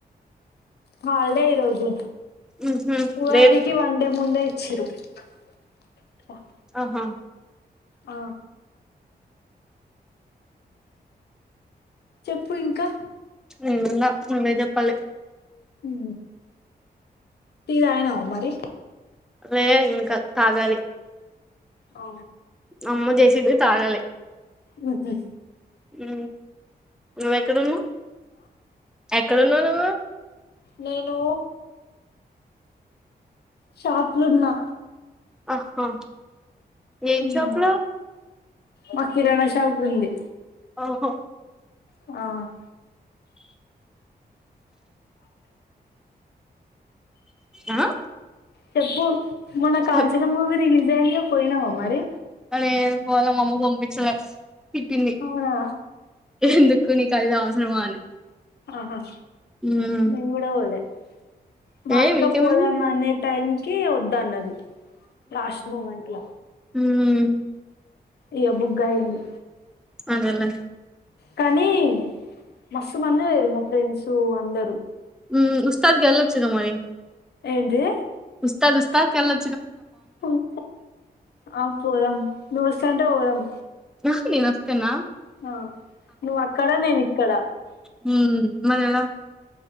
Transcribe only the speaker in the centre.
ఉహు
రేప్
ఆహా
ఎమ్ లా నువ్వే చెప్పాలి
లేదు ఇంకా తాగాలి
అమ్మ చేసింది తాగాలి
ఉ నువ్వెక్కడున్నావు ఎక్కడున్నావు నువ్వు
ఆహా ఏం
షాప్ లో
ఆ హో
ఆ
చెప్
అ ఏడ పోల అమ్మ పంపించలే తిట్టింది
ఎందు కు నీకు అది అవసరం అని
ఉమ్
ఏ
మీకేమైంది
మ్
అదేలే
ఉ ఉస్తాద్ కెళ్లొచ్చుగా మరి
స్తా ఉస్తాద్ కెళ్లొ
నహో నే వస్తన్న
హ్మ్ మరెలా